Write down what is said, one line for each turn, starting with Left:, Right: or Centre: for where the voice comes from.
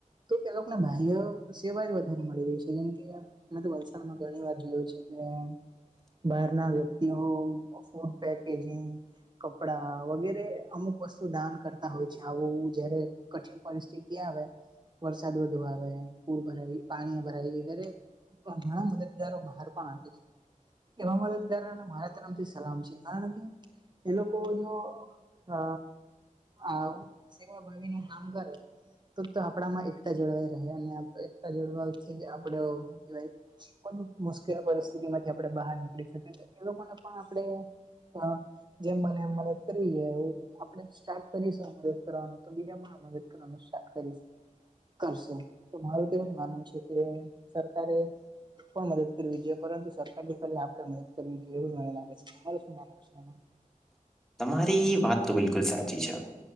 Right: તો તે લોકોને બાહ્ય સેવા જ વધારે મળી રહી છે જેમ કે, મે તો વલસાડમાં ઘણી વાર જોયું છે કે બહારના લો વ્યક્તિઓ <inaudible> પેકેજિંગ, કપડા વગેરે અમુક વસ્તુ દાન કરતા હોય છે આવું જયારે કઠિન પરિસ્થિતિ આવે, વરસાદ વધુ આવે, પૂર ભરાય, પાણી ભરાય દરેક પણ ઘણા મદદગારો બહાર પણ આવે છે. એવા મદદગારોને મારા તરફથી સલામ છે કારણ કે, એ લોકોનો અ આ સેવાભાવી નું કામ કરે તો તો આપણામાં એકતા જળવાઈ રહે અને <unintelligible> એકતા જળવાવથી આપડ <unintelligible> મુશ્કેલ પરિસ્થિતિ માંથી આપણે બહાર નીકળી શકીએ તો એ લોકોને પણ આપડે <unintelligible> જેમ બને એમ મદદ કરવી <unintelligible> આપણેે સ્ટાર્ટ કરીશું મદદ કરવાનું તો બીજા પણ મદદ કર <inaudible> કરશું. તો મારું તો એવુંજ જ માનવું છે કે, <unintelligible> પણ મદદ કરવી જોઈએ પરંતુ સરકારને પેલા આપડે મદદ કરવી જોઈએ એવું મને લાગે છે <inaudible> શું માનવું છે એમાં?
Centre: તમારી વાત તો બિલકુલ સાચી છે.